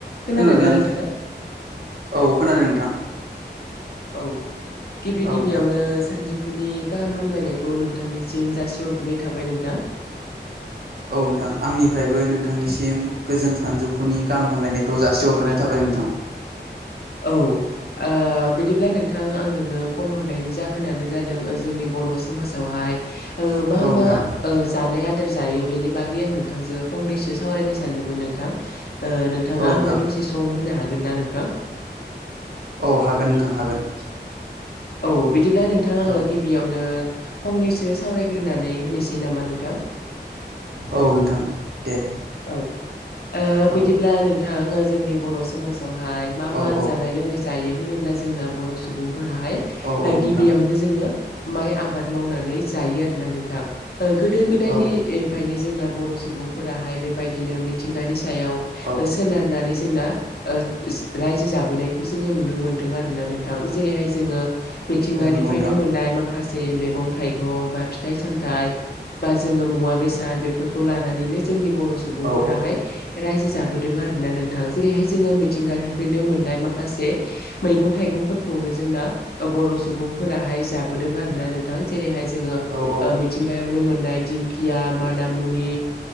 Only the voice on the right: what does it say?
खोनादोना
नोंथां औ खोनादों नोंथां
औ
नोंथां
औ नोंथां आंनिफ्रायबो नोंथांनिसिम गोजोन सानजौफुनि गाहाम हामलायनायखौ जासिहरग्रोनाय थाबाय नोंथां
औ नोंथां
औ नोंथां
औ हागोन नोंथां हागोन
औ
औ नोंथां दे
औ
औ
औ
औ औ नोंथां
औ
औ औ
औ नंगौ नोंथां
औ
औ